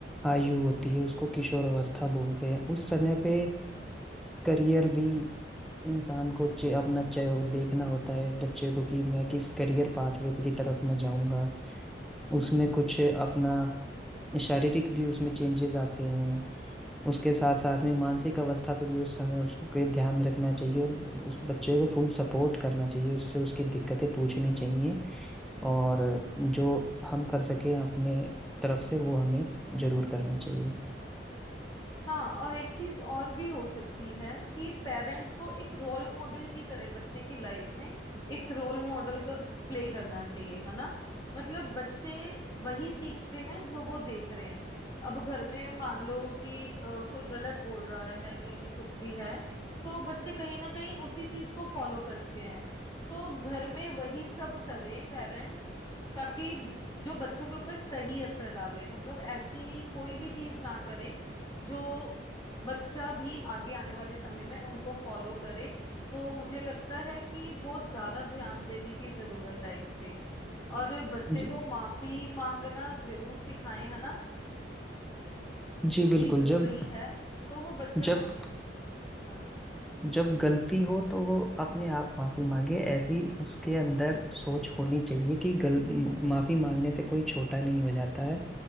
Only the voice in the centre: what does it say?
आयु होती है उसको किशोर अवस्था बोलते हैं उस समय पे करियर भी इंसान को चे, अपना चय देखना होता है बच्चे को कि मैं किस करियर पाथवे की तरफ मैं जाऊंगा उसमें कुछ अपना शारीरिक भी उसमें चेंजेस आते हैं उसके साथ साथ में मानसिक अवस्था पे भी उस समय उसको कोई ध्यान रखना चाहिए और उस बच्चे को फुल सपोर्ट करना चाहिए उससे उसकी दिक्कतें पूछनी चाहिए और जो हम कर सकें अपने तरफ से वो हमें जरूर करना चाहिए
जी
जी
बिल्कुल
जब
जब
जब गलती हो तो वो अपने आप माफी मांगे ऐसी उसके अंदर सोच होनी चाहिए कि गल माफी मांगने से कोई छोटा नहीं हो जाता है